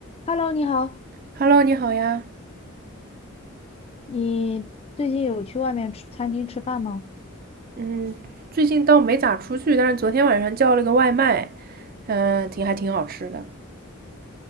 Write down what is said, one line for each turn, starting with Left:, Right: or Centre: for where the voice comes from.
Left: Hello，你好，
Right: Hello，你好呀。
Left: 你最近有去外面吃餐厅吃饭吗？
Right: 嗯，最近倒没咋出去，但是昨天晚上叫了个外卖，嗯、挺还挺好吃的。